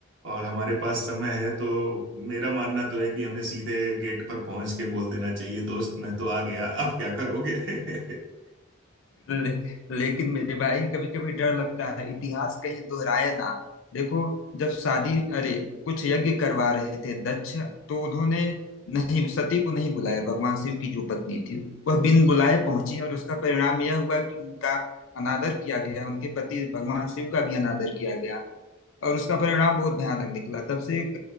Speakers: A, on the right; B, on the left.
A: और हमारे पास समय है तो मेरा मानना तो है कि हमें सीधे गेट पर पहुंच के बोल देना चाहिए दोस्त मैं तो आ गया अब क्या करोगे <laughs>
B: ले, लेकिन मेरे भाई कभी कभी डर लगता है इतिहास कहीं दोहराए ना देखो जब शादी अरे कुछ यज्ञ करवा रहे थे दक्ष तो उन्होंने नहीं सती को नहीं बुलाया भगवान शिव की जो पत्नी थी वह बिन बुलाए पहुंची और उसका परिणाम यह हुआ कि उनका अनादर किया गया उनके पति भगवान शिव का भी अनादर किया गया और उसका परिणाम बहुत भयानक निकला तब से एक